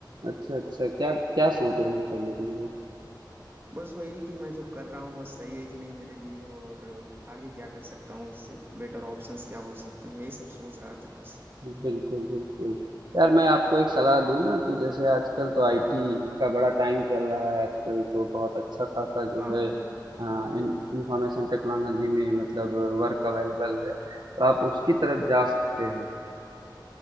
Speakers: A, on the right; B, on the right.
A: अच्छा अच्छा क्या क्या सोच रहे हैं करने के लिए
B: बस वही कि मैं जो कर रहा हूँ वो सही है कि नहीं मेरे लिए और आगे क्या कर सकता हूँ इससे बेटर ऑप्शंस क्या हो सकते हैं यही सब सोच रहा था बस
A: बिल्कुल, बिल्कुल। यार मैं आपको एक सलाह दूँ ना कि जैसे आजकल तो आईटी
B: हाँ हाँ
A: का बड़ा टाइम चल रहा है आजकल तो बहुत अच्छा खासा जो
B: हाँ
A: है
B: हाँ।
A: अ, इन इंफॉर्मेशन टेक्नोलॉजी में मतलब वर्क अवेलेबल है तो आप उसकी तरफ जा सकते हो।